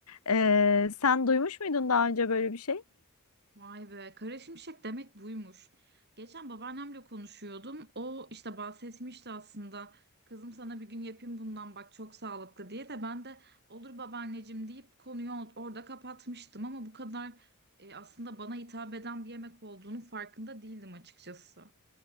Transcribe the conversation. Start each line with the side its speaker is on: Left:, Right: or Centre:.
Left: Ee, sen duymuş muydun daha önce böyle bir şey?
Right: Vay be, kara şimşek demek buymuş. Geçen babaannemle konuşuyordum. O işte bahsetmişti aslında. Kızım sana bir gün yapayım bundan bak çok sağlıklı diye de ben de olur babaanneciğim deyip konuyu or- orada kapatmıştım ama bu kadar e, aslında bana hitap eden bir yemek olduğunun farkında değildim açıkçası.